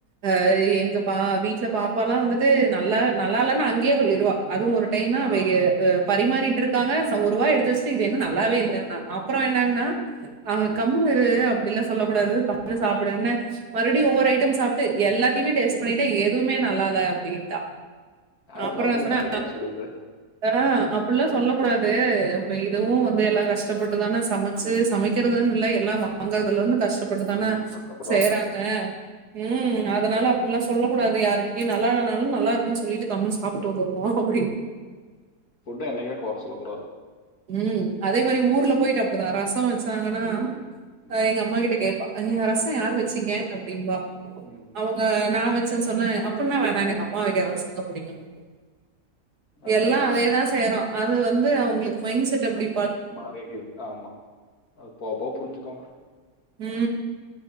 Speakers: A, on the right; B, on the left.
A: ஆ எங்கப்பா வீட் ல பாப்பாலா வந்துட்டு நல்லா நல்லால்லனு அங்கயே சொல்லிருவா அதுவு ஒரு டைமு
B: ஆ.
A: வேக அ பரிமாறி ட்ருக்காங்க ச ஒரு வா எடுத்து வஷ்ட்டு இது என்ன நல்லாவே இல்லன்னா அப்பறோ என்னன்னா அவ
B: ம்.
A: கம்முனு இரு அப்டிலா சொல்லக் கூடாது கம்முனு சாப்புடுன்னு மறுவ்டி
B: ம்.
A: ஒவ்வொர் ஐட்டம் சாப் டு எல்லாத்தைமே டேஸ்ட் பண்ணிட்ட எ துமே நல்லால் ல அப்டின்ட்டா
B: அதான்
A: நா அப்பறொ
B: குழந்தைங்க
A: சொன்னா
B: டக்கு டக்குன்னு சொல்லிடுது.
A: <inaudible> அப்புல்லா சொல்லக் கூடாது இப்ப இதுவு
B: ம்.
A: வந்து எல்லா கஷ் டப்பட் டுதான சமச்சி
B: ஆமா.
A: சமைக்கிறதுன்
B: ம். ம்.
A: இல்ல எல்லாம் வா <unintelligible> கஷ்ட்டப்பட்டு தானத
B: ம். கஷ்டப்பட்ட
A: செய்றாங்க
B: ஒரு கஷ்டம்.
A: ம் அதனால அப்புல்லா சொல்லக் கூடாது யாருக்கிட்டியு நல்லால்லனாலு நல்லாருக்குன் சொல்லிட்டு கம்முன் சாப்ட்டு வந்துர்னு
B: ஃபுட்ட என்னைக்மே கொற சொல்லக் கூடாது
A: ம் அதே மாரி ஊர்ல போயிட்டு அப்டிதா ரசொ வச் டாங்கனா
B: ம். ம்.
A: அ எங்க அம்மா கிட்ட கேப் ப்பா அ ரசொ யாரு வெச்சீங்க அப்டிம்பா
B: ம்.
A: அவுங்க நா வச் ஸ்னு சொன்னே அப் புனா வேணா எனக்கு
B: அ
A: அம்மா வெக்கற ரசந்தா புடிக்குன்வாங்க
B: அதான்
A: எல்லா அதேதா செய்யறோ அது வந்து அவுங்களுக் மைண்ட் செட் அப்டி
B: மாறிக்கிது ஆமா அது போவ போவ புரிஞ்சுக்வாங்க
A: ம்